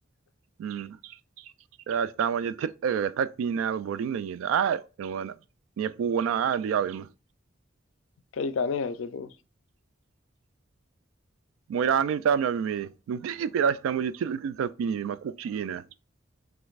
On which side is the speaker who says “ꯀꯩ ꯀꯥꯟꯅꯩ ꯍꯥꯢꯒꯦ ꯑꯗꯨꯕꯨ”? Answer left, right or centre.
Left